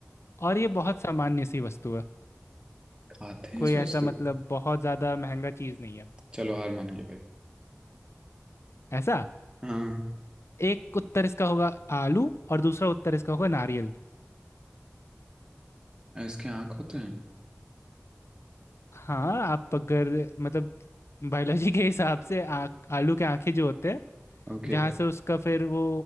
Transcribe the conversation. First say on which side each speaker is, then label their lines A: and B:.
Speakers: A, on the left; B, on the right.
A: और ये बहुत सामान्य सी वस्तु है
B: खाते हैं
A: कोई
B: सोच
A: ऐसा मतलब
B: तुम
A: बहुत ज़्यादा महंगा चीज़ नहीं है
B: चलो हार मान गया भाई
A: ऐसा
B: हाँ
A: एक उत्तर इसका होगा आलू और दूसरा उत्तर इसका होगा नारियल
B: इसके आँख होते हैं
A: हाँ आप अगर मतलब बायोलॉजी के हिसाब से आ, आलू के आंखें जो होते हैं
B: ओके
A: जहाँ से उसका फिर वो